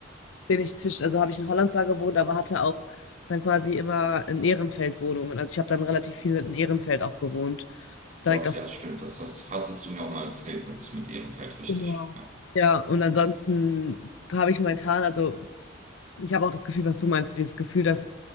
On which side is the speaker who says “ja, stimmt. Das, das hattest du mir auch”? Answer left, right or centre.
Right